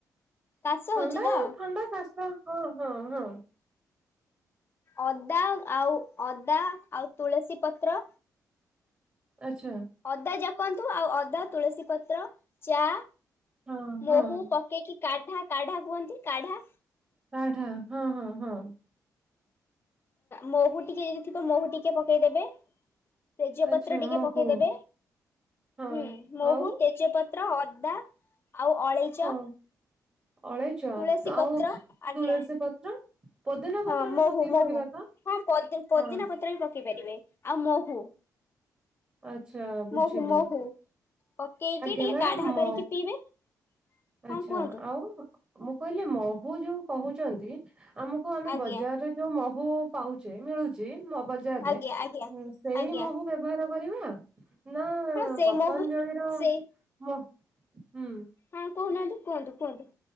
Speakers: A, on the left; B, on the right.
A: କାଶ
B: ଥଣ୍ଡା
A: ହଉଚି ତ?
B: ଥଣ୍ଡା କାଶ ହଁ ହଁ ହଁ।
A: ଅଦା ଆଉ ଅଦା ଆଉ ତୁଳସୀ ପତ୍ର
B: ଆଛା।
A: ଅଦା ଜାକନ୍ତୁ ଆଉ ଅଦା, ତୁଳସୀ ପତ୍ର, ଚା,
B: ହଁ ହଁ।
A: ମହୁ ପକେଇକି କାଢା କାଢା କୁହନ୍ତି କାଢା
B: କଢା ହଁ ହଁ ହଁ।
A: ମହୁ ଟିକେ ଯଦି ଥିବ ମହୁ ଟିକେ ପକେଇଦେବେ। ତେଜପତ୍ର
B: ଆଚ୍ଛା
A: ଟିକେ
B: ମହୁ
A: ପକେଇଦେବେ
B: ହଁ
A: ହୁଁ ମହୁ
B: ଆଉ
A: ତେଜପ ତ୍ର ଅଦା ଆଉ ଅଳେଇ
B: ହଁ ଅଳେଇଚ
A: ତୁଳସୀ
B: ଆଉ
A: ପତ୍ର
B: ତୁଳସୀ
A: ଆଜ୍ଞା
B: ପତ୍ର? ପୋଦିନା
A: ହଁ
B: ପତ୍ର ବି
A: ମହୁ
B: ପକେଇ
A: ମହୁ
B: ପାରିବା ତ?
A: ହଁ ପୋଦି ପୋଦିନା
B: ହଁ
A: ପତ୍ର ବି ପକେଇ ପାରିବେ ଆଉ ମହୁ।
B: ଆଚ୍ଛା ବୁଝିଲି
A: ମହୁ ମହୁ ପକେଇକି
B: ଆଜ୍ଞା
A: ଟିକେ
B: ମ୍ୟାଡାମ
A: କାଢା
B: ମ
A: କରିକି ପିଇବେ।
B: ଆଚ୍ଛା
A: ହଁ କୁହନ୍ତୁ
B: ଆଉ ମୁଁ କହିଲି ମହୁ ଯୋଉ କହୁଛନ୍ତି ଆମ କୁ ଆମେ
A: ଆଜ୍ଞା
B: ବଜାରରେ ଯୋଉ ମହୁ ପାଉଛେ ମିଳୁଛି ମୁ ଆବାଜ୍ ଜାର
A: ଆଜ୍ଞା
B: ରେ
A: ଆଜ୍ଞା
B: ଉଁ ସେଇ
A: ଆଜ୍ଞା
B: ମହୁ ବ୍ୟବହାର କରିବା। ନା
A: ହଁ ସେଇ
B: ପତଞ୍ଜଳିର
A: ମହୁ ସେଇ
B: ମ ହୁଁ।
A: ହଁ କହୁନାହାନ୍ତି କୁହନ୍ତୁ କୁହନ୍ତୁ।